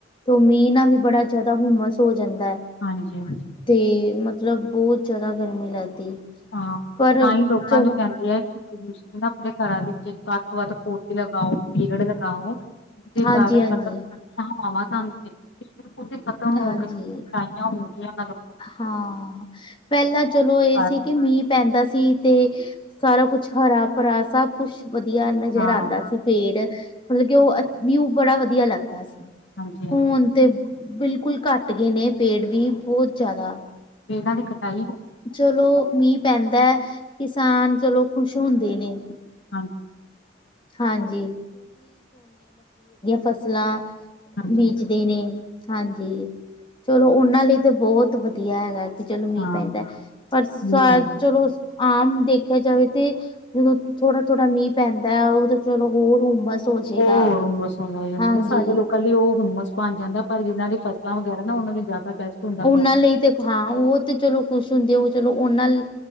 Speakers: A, on the left; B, on the left.
A: ਤ ਮੀਂਹ ਨਾ ਵੀ ਬੜਾ ਜਿਆਦਾ ਹੁਮਸ ਹੋ ਜਾਂਦਾ ਹੈ
B: ਹਾਂਜੀ ਹਾਂਜੀ
A: ਤੇ ਮਤਲਬ ਬਹੁਤ ਜ਼ਿਆਦਾ ਗਰਮੀ ਲੱਗਦੀ
B: ਹਾਂ
A: ਪਰ
B: ਤਾਂ ਹੀ ਲੋਕਾਂ
A: ਚਲੋ
B: ਨੂੰ ਕਹਿੰਦੇ ਆ ਕਿ ਨਾ ਤੁਸੀਂ ਆਪਣੇ ਘਰਾਂ ਵਿੱਚ ਵੱਧ ਤੋਂ ਵੱਧ ਪੌਦੇ ਲਗਾਓ ਪੇੜ ਲਗਾਓ ਜਿਹਦੇ
A: ਹਾਂਜੀ,
B: ਕਾਰਨ
A: ਹਾਂਜੀ,
B: ਮਤਲਬ ਵਾਵਾਂ ਤੁਹ ਖਤਮ ਹੋ
A: ਹਾਂਜੀ।
B: ਗਈ ਕਟਾਈਆਂ ਹੋ ਗਈਆਂ ਮਤਲਬ
A: ਹਾਂ ਪਹਿਲਾਂ ਚਲੋ ਇਹ
B: ਕਾਰਨ
A: ਸੀ ਕਿ ਮੀਂਹ ਪੈਂਦਾ ਸੀ ਤੇ ਸਾਰਾ ਕੁਝ ਹਰਾ ਭਰਾ ਸਭ ਕੁਝ ਵਧੀਆ ਨਜ਼ਰ
B: ਹਾਂ
A: ਆਉਂਦਾ ਸੀ ਫੇਰ ਮਤਲਬ ਕਿ ਉਹ ਨਿਊ ਬੜਾ ਵਧੀਆ ਲੱਗਦਾ ਸੀ।
B: ਹਾਂਜੀ ਹਾਂਜੀ
A: ਹੁਣ ਤੇ ਬਿਲਕੁਲ ਘੱਟ ਗਏ ਨੇ ਪੇੜ ਵੀ ਬਹੁਤ ਜਿਆਦਾ
B: ਇਹਨਾਂ ਦੀ ਕਟਾਈ ਹੋ ਗਈ ਨਾ
A: ਚਲੋ
B: ਸਭ ਤੋਂ ਜ਼ਿਆਦਾ
A: ਮੀਂਹ ਪੈਂਦਾ ਕਿਸਾਨ ਚਲੋ ਖੁਸ਼ ਹੁੰਦੇ ਨੇ
B: ਹਾਂਜੀ
A: ਹਾਂਜੀ ਫਸਲਾਂ
B: ਹਾਂਜੀ
A: ਬੀਜਦੇ ਨੇ ਹਾਂਜੀ ਚਲੋ ਉਹਨਾਂ ਲਈ ਤੇ ਵਧੀਆ ਹੈਗਾ ਕਿ ਚਲੋ ਮਈ
B: ਹਾਂ
A: ਪੈਂਦਾ ਪਰ
B: ਠੀਕ ਗੱਲ
A: ਆਮ ਦੇਖੇ ਜਾਵੇ ਤੇ ਥੋੜਾ ਥੋੜਾ ਨਹੀਂ ਪੈਂਦਾ ਉਹਦੇ ਕੋਲ ਹੋਰ ਹੋ ਜਾਏਗਾ
B: ਓ ਹੋਰ ਹੁੰਮਸ ਹੋਣ ਲਗ ਜਾ਼ਦੀ
A: ਹਾਂਜੀ।
B: ਨਾ, ਸਾਡੇ ਲੋਕਾਂ ਲਈ ਉਹ ਹੁੰਮਸ ਬਣ ਜਾਂਦਾ ਪਰ ਜਿਹਨਾਂ ਦੀ ਫਸਲਾਂ ਵਗੈਰਾ ਨਾ ਉਹਨਾਂ ਦੀ ਜ਼ਿਆਦਾ ਬੈਸਟ ਹੁੰਦਾ
A: ਉਹਨਾਂ
B: ਹਾਂ
A: ਲਈ ਤੇਖ ਹਾਂ ਉਹ ਤੇ ਚਲੋ ਖੁਸ਼ ਹੁੰਦੇ ਹੋ ਚਲੋ ਉਹ ਨਾਲ